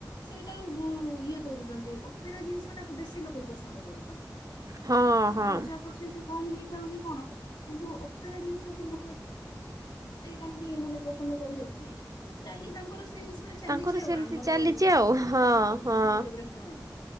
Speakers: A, on the left (about 75°); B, on the right (about 50°).
A: ସେଇଟାକୁ ଗୁ-ଇଏ କରୁଚନ୍ତି ଅପେରା ଜିନଷଟାକୁ ବେଶୀ ଲୋକ ପସନ୍ଦ କରୁଚନ୍ତି। ଆଉ
B: ହଁ ହଁ
A: ପୂଜା ପଛେ ସେ କମି ହେଇଥାଉ କି କଣ କିନ୍ତୁ ଅପେରା ଜିନିଷକୁ ଲୋକ ଏତ୍ ଏତେ କାହିଁକି ମାନେ ପସନ୍ଦ କରିଚନ୍ତି କି ତାଙ୍କର ସେଇ ହିସାବରେ ଚାଲିଚି
B: ତାଙ୍କର
A: ଆଉ
B: ସେମିତି
A: ଆମର
B: ଚାଲିଛି ଆଉ ହଁ
A: ସମୁଦ୍ର
B: ହଁ।
A: ଯାନ ହିସାବରେ ହୁଏଁ।